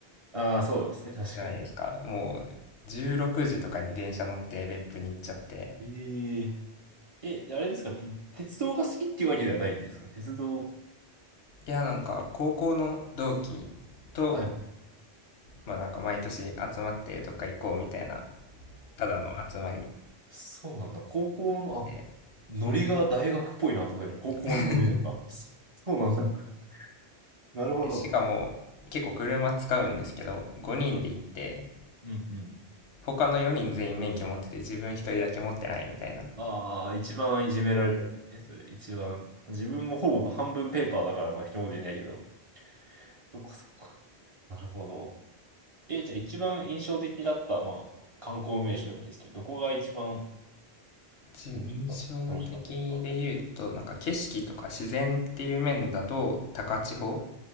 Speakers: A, on the right (about 40°); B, on the left (about 90°).
A: ああ、そうですね、確かに。
B: じゃないですか。もう16時とかに電車乗って別府に行っちゃって。
A: えええ、じゃああれですか、て鉄道が好きっていうわけではないんですか鉄道。
B: いや、なんか高校の同期と、
A: はい。ああ、
B: まあなんか毎年集まってどっか行こうみたいな、ただの集まり
A: そうなんだ。高校の、あ、
B: で。
A: ノリが大学っぽいなと思ったけど、
B: うん。
A: 高校のノリなんだ。
B: <laughs>
A: そうなんだ。なるほど。
B: でしかも結構車使うんですけど、5人で行って、
A: うんうん。
B: 他の4人全員免許持ってて自分一人だけ持ってないみたいな
A: ああ、一番いじめられるやつね。それ、一番。自分もほぼ半分ペーパーだから、まあ、一言言えないけど。そっかそっか。なるほど。え、じゃあ一番印象的だった、まあ、観光名所でもいいですけど、どこが一番
B: 印象的で言うとなんか景色とか自然っていう面だと高千穂
A: 楽しかったとか、楽しかったとか。